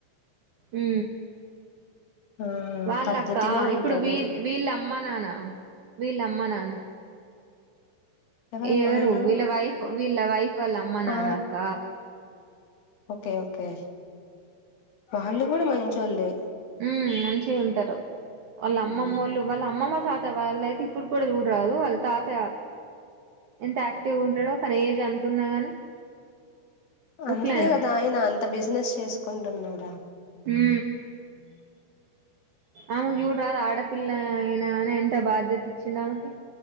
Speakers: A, on the right; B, on the left.
A: ఉ
B: ఆ
A: వాళ్ళక్కా,
B: పద్ధతిగా ఉంటాడు
A: ఇప్పుడు వీల్ వీళ్ళ అమ్మ నానా, వీళ్ళ అమ్మ నానా
B: ఎవరి అమ్మా
A: ఎవరు
B: నాన్న?
A: వీళ్ళ వైఫ్ వీళ్ళ వైఫ్ వాళ్ళ అమ్మ నాన్నక్క
B: ఆ ఓకే ఓకే వాళ్ళు కూడా మంచోళ్ళే.
A: ఉమ్ మంచిగా ఉంటారు. వాళ్ళ అమ్మమ్మోళ్ళు
B: మ్
A: వాళ్ళ అమ్మమ్మ తాత వాళ్ళై ఇప్పుడు కూడా చూడరాదు వాళ్ళ తాత ఎంత యాక్టివ్ గా ఉంటాడో కానీ ఏజ్ అంతున్నా గాని. ముసలాయన
B: అందుకే కదా ఆయన అంత బిజినెస్ చేసుకుంటున్నాడా
A: ఊ ఆమెకు చూడరాదు ఆడపిల్ల అయినా గాని, ఎంత బాధ్యత ఇచ్చిండో ఆమెకి.